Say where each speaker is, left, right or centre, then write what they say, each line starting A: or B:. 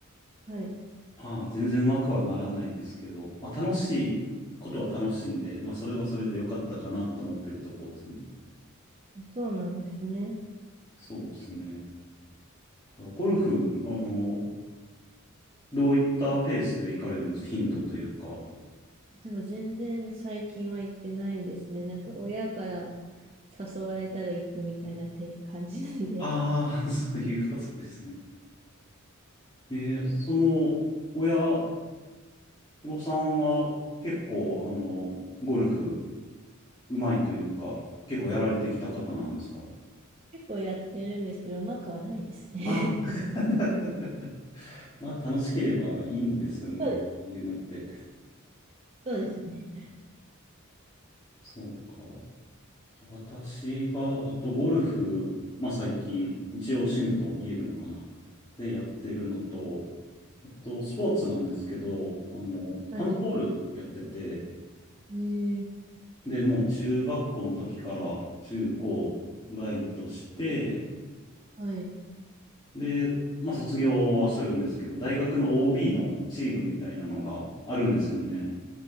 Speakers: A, on the right; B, on the left.
A: はい。
B: まあ、全然うまくはならないですけど、まあ、楽しいことは楽しいんで、まあ、それはそれで良かったかなと思ってるところですね。
A: そうなんですね。
B: そうですね。だからゴルフ、あの、どういったペースで行かれるんですか頻度というか。
A: あでも全然最近は行ってないですね。なんか親から誘われたら行くみたいなて感じなんで、
B: ああ、<laughs> そういうことですね。えーその、親御さんは結構、あの、ゴルフうまいというか、結構やられてきた方なんですか
A: <laughs> 結構やってるんですけど、うまくはないですね。
B: ああ、<laughs> まあ楽しければいいんですよね、
A: <laughs> そうです。
B: いうのって。
A: そうですね。
B: そうか。私が、あとゴルフ、まあ最近、一応趣味と言えるのかな。で、やってるのと、あとスポーツなんですけど、あの、
A: はい。
B: ハンドボールやってて、
A: えー、
B: で、もう中学校の時から中高ライトして、
A: はい。
B: で、まあ卒業はするんですけど、大学の OB のチームみたいなのがあるんですよね。